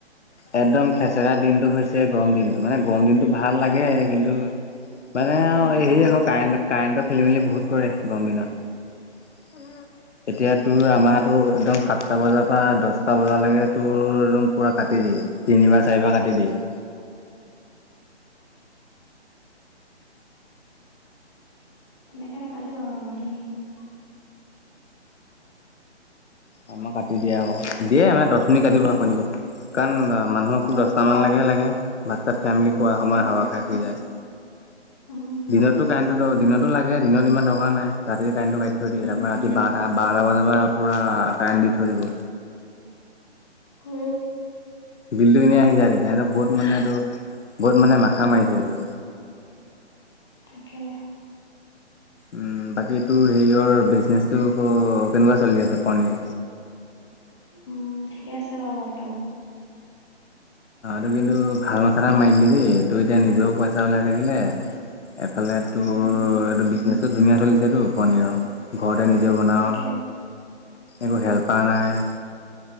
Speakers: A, on the left; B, on the left.
A: একদম খেচেৰা দিনটো হৈছে গৰম দিনটো মানে গৰম দিনটো ভাল লাগে
B: উম
A: কিন্তু মানে অ
B: বেয়া
A: হেৰি
B: পাওঁ মই।
A: আকৌ কাৰেণ্ট কাৰেণ্টৰ খেলি মেলি বহুত কৰে গৰম দিনত অ এতিয়া তোৰ আমাৰতো একদম সাতটা বজাৰ পৰা দহটা বজালৈকে তোৰ একদম পূৰা কাটি দিয়ে তিনিবাৰ চাৰিবাৰ কাটি দিয়ে।
B: <inaudible> তেনেকে নাগাটে বাৰু আমাৰ দেই ইমান
A: আমাৰ কাটি দিয়ে আক দিয়ে মানে দহ মিনিট কাটিব আকৌ দিব কাৰণ মানুহকো
B: অ',
A: দহট মানলৈকে লাগে ভাত চাত খাই মেলি খোৱা
B: উম,
A: সময়ত হাৱা খাই শুই যায়।
B: উম,
A: দিনতো কাৰেণ্টটো দিনতো লাগে দিনত ইমান দৰকাৰ নাই ৰাতিয় কাৰেণ্টটো কাটি থৈ দিয়ে
B: উম।
A: তাৰ পৰা ৰাতি বাৰটা বাৰটা বজাৰ পৰা পূৰা কৰেণ দি থৈ দিব
B: হ
A: বিলটো এনে আহি যায় তেতিাহনে বহুত মানে এইটো। গত মানে মাথা মাৰিছে এইটো
B: অকে
A: উম বাকী তোৰ হেৰিয়ৰ বিজনেচটো ক কেনেকুৱা চলি আছে। পনীৰ
B: উম ঠিকে আছে বাৰু বৰ্তমান
A: অ কিন্তু ভাল মথা এটা মাৰিলি দেই তোৰ এতিয়া নিজেও পইচা ওলাই থাকিলে এফালে তোৰ
B: উম,
A: এইটো বিজনেচো ধুনীয়া চলিছেতো পনীৰৰ ঘৰত নিজে বনাওঁ,
B: তাকে,
A: একো হেল্পাৰ নাই।